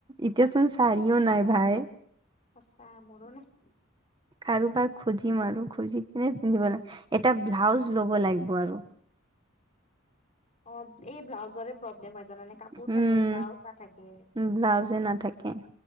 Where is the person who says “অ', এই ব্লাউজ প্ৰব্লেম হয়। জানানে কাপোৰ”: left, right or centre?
Left